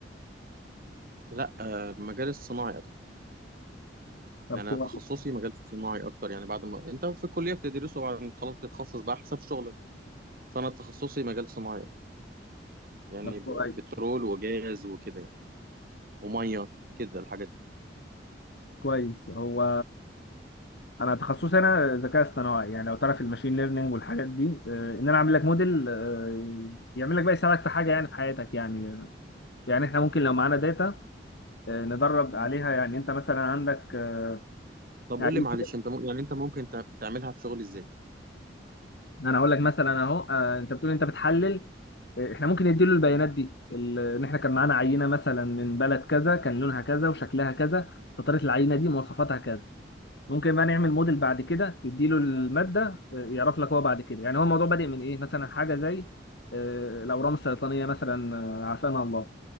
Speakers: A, on the right (about 50°); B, on the left (about 65°).
A: لا آه، المجال الصناعي
B: طب
A: يعني
B: كويس
A: انا تخصصي مجال صناعي اكتر يعني بعد ما انت في الكليه بتدرسه بعد ما خلاص بتتخصص بقى حسب شغلك فانا تخصصي مجال صناعي أكتر، يعني
B: طب
A: ب-
B: كويس
A: بترول وجاز وكده يعني وميه كده الحاجات دي
B: كويس هو انا تخصصي انا ذكاء اصطناعي يعني لو تعرف الماشين ليرنينج والحاجات دي آه، ان انا اعمل لك موديل آه، يعمل لك بقى يساعدك في حاجه يعني في حياتك يعني يعني احنا ممكن لو معانا داتا آه، ندرب
A: مم.
B: عليها يعني انت مثلا عندك آه،
A: طب
B: يعني
A: قول لي معلش
B: كده
A: انت م... يعني انت ممكن تع- تعملها في شغل ازاي
B: انا اقول لك مثلا اهو آه، انت بتقول انت بتحلل آه، احنا ممكن نديله البيانات
A: مم.
B: دي ال- ان احنا كان معانا عينه مثلا من بلد كذا كان لونها كذا وشكلها كذا فطريقه العينه دي مواصفاتها كذا ممكن بقى نعمل موديل بعد كده تديله المادة آه، يعرف لك هو بعد كده يعني هو الموضوع بادئ من ايه مثلا حاجة زي آه، الأورام السرطانية مثلا آه، عافانا الله